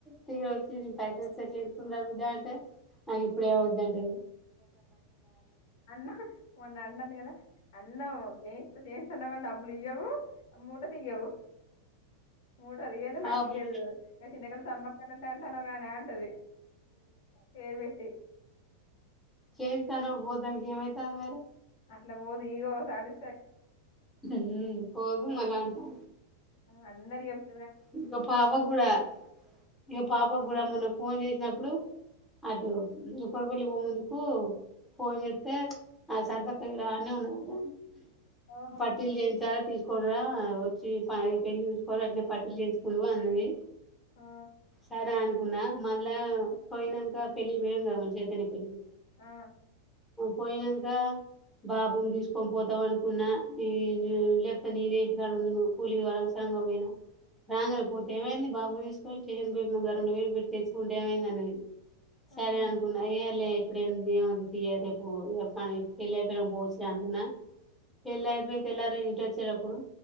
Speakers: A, in the centre; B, on the left.
A: తీర వచ్చి దీని పైస ద చేయించుకుందం బిడ్డ అంటే నాకు ఇప్పుడే ఏం వద్దు అంటది
B: అన్న మొన్న అంటది కదా అన్నో చేస్త చేయించుకో చెయి తిన్నగ డబ్బులు ఇయ్యవు మూట తీయ్యవు మూట దియదు
A: పాపం
B: నాకు ఇయదు న చింతకల సమ్మక్కాలంట అంటానవ్ గానీ అంటది కేే బేట్టి
A: కేస్తానవ్ బోతనికి ఏమైతది మరి
B: అట్ల బోదీ ఇగో సాలు
A: మ్ పోవు మలా అంటా
B: ఆ అన్నర్యెప్
A: ఇంక పాప కూడా ఇంక పాప కూడా మొన్న ఫోన్ చేసినప్పుడు అటు ఉపరవల్లి ఓ మునుపు ఫోన్ జేత్తే అ సరసక్క దగ్గర ఆడ్నే ఉన్న గద
B: ఆహా
A: పట్టీలు చేయించాలి తీసుకోన్రా వచ్చి ప ఇగ పెళ్లి జూసుకోవాలి పట్టీలు చేయిచుకున్నవ అన్నది
B: ఆ
A: సరే అను ఉన మళ్ళా పోయినక పెళ్లి పోయం కదా మ చైతన్య పెళ్లి
B: ఆ
A: పోయినంక బాబుని దీసుకొని పోతాం అనుకున్నా ఈ లేప్తే నే నే ఇంటి కాడ ఉందును కూలీ పోనవసరం ఇదిగో బోయిన రాంగనే పోతే ఏమైంది బాబు తీసుకొని స్టేషన్ పోయి ఇంగ రెండు వేలు పెట్టి తెచ్చుకుంటే ఏమైంది అన్నది
B: ఆ.
A: సరే అనుకున్నాయే లే ఇప్పుడు ఎం తీయదు తీయె రేప్ మన ఎత్తుకెళ్ళి ఎకరం బోస్ యందెన పెళ్ళి అయిపోయి తెల్లారి ఇటు వచ్చేటప్పుడు